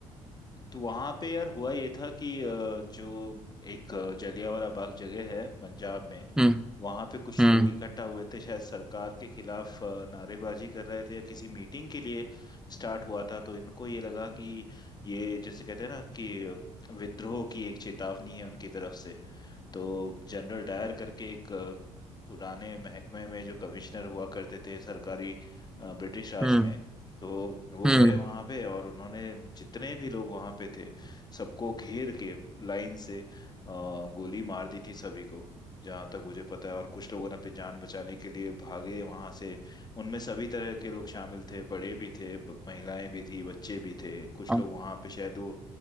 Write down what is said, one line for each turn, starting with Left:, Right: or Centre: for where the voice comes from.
Left: तो वहां पे यार हुआ ये था कि अ, जो एक अ, जलियांवाला बाग जगह है पंजाब में
Centre: हम्म
Left: वहां पे कुछ
Centre: हम्म
Left: लोग इकट्ठा हुए थे शायद सरकार के खिलाफ अ, नारेबाजी कर रहे थे या किसी मीटिंग के लिए स्टार्ट हुआ था तो इनको ये लगा कि ये जैसे कहते हैं ना कि अ, विद्रोह की एक चेतावनी है उनकी तरफ से तो जनरल डायर करके एक अ, पुराने महकमे में जो कमिश्नर हुआ करते थे सरकारी अ, ब्रिटिश राज
Centre: हम्म
Left: में तो वो
Centre: हम्म
Left: गए वहाँ पे और उन्होंने जितने भी लोग वहाँ पे थे सबको घेर के लाइन से अ, गोली मार दी थी सभी को जहाँ तक मुझे पता है और कुछ लोगों ने अपनी जान बचाने के लिए भागे वहाँ से उनमें सभी तरह के लोग शामिल थे बड़े भी थे ब- महिलाएं भी थी बच्चे भी थे कुछ
Centre: हाँ,
Left: लोग वहाँ पे शायद वो